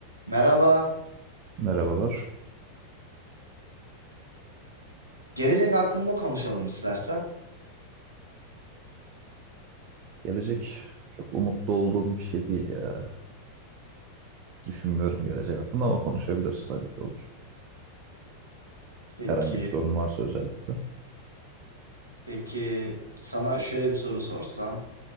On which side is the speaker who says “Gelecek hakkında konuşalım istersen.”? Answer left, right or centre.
Right